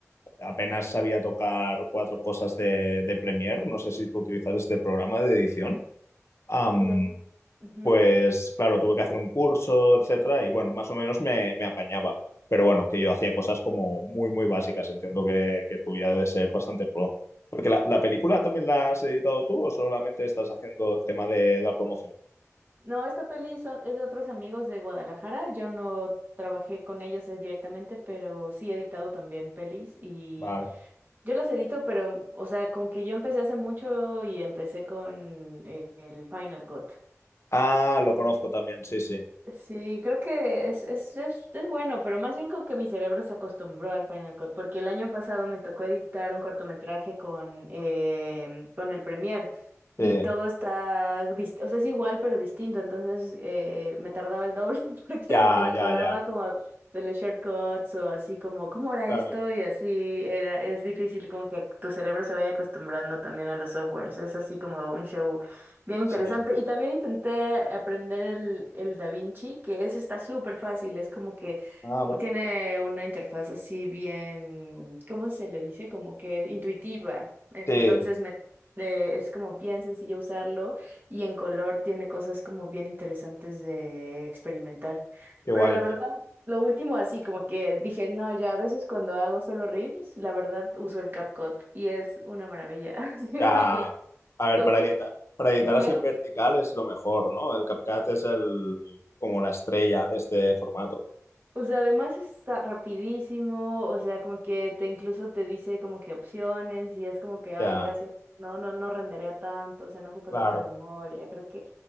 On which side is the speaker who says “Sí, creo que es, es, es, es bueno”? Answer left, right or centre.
Right